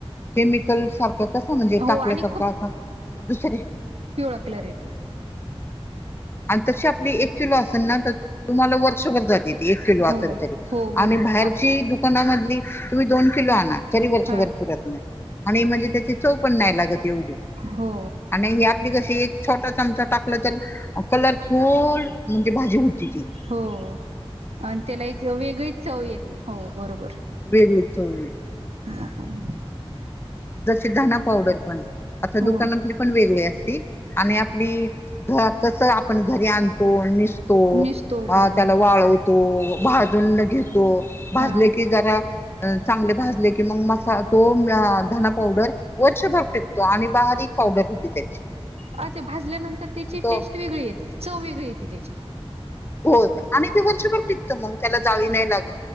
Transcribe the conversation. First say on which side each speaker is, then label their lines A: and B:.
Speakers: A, on the left (about 25°); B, on the right (about 80°).
A: केमिकल सारखा कसा म्हणजे
B: हो
A: टाकल्यासारखा
B: आणि
A: असा दुसरे
B: ळा कलर येतो.
A: आणि तशी आपली एक किलो असेल ना तर तुम्हाला वर्षभर जाती. एक किलो असल
B: हो
A: तरी
B: हो बरोबर
A: आणि बाहेरची
B: हा
A: दुकानामधली तुम्ही दोन किलो आणा तरी वर्षभर
B: हा
A: पुरत नाही, आणि म्हणजे त्याची चव पण नाही लागत एवढी.
B: हो
A: आणि हे आपली कशी एक छोटा चमचा टाकला तर अ कलरफुल म्हणजे भाजी होती ती.
B: हो आणि त्याला एक वेगळीच चव येते, हो बरोबर.
A: वेगळी चव येते
B: <unintelligible>
A: जशी धना पावडर पण. आता दुकानातली
B: हो
A: पण वेगळी असती आणि आपली घरात कसं आप पण घरी आणतो निश पुसतो
B: निसतो
A: आ
B: बरोबर
A: त्याला वाळवतो, भाजून घेतो, भाजले
B: हा
A: की जरा अ चांगले भाजले की मग मसा तो अ धना पावडर वर्षभर टिकतो आणि बारीक पावडर होती त्याची.
B: अ ते भाजल्यानंतर त्याची
A: मग तो
B: टेस्ट वेगळी येते, चव वेगळी येते त्याची.
A: होत आणि ते वर्षभर टिकतं मग त्याला जाळी नाही लाग